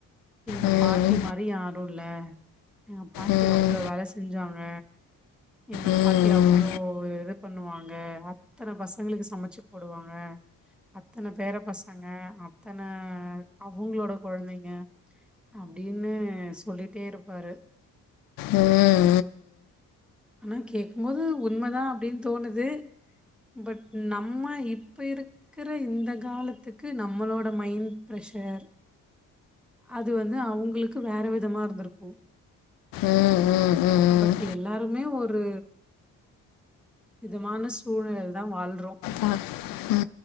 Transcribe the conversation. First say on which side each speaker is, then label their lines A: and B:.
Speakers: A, in the centre; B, on the left.
A: எங்க
B: ம்
A: பாட்டி மாரி யாரு ரோடுல எ பாட்டி
B: ம்
A: அவ்ளோ வேல செஞ்சாங்க எங்க
B: ம்
A: பாட்டி அவ்ளோ ஒரு இது பண்ணுவாங்க அத்தன பசங்களுக்கு சமச்சு போடுவாங்க அத்தன பேர பசங்க அத்தன அவுங்களோட கொழந்தங்க அப்டினு சொல்லிட்டே இருப்பாரு
B: ம் ம் ம்
A: ஆனா கேக்குபோது உண்மதா அப்டின் தோணுது பட் நம்ம இப்ப இருக் கிற இந்த காலத்துக்கு நம்மளோட மைண்ட் ஃப்ரெஷர் அது வந்து அவுங்களுக்கு வேற விதமா இருந்துருக்கு
B: ம் ம் ம்
A: டி எல்லாருமே ஒரு விதமான சூழ்நிலைலதா வாழ்றோ
B: ம் ம்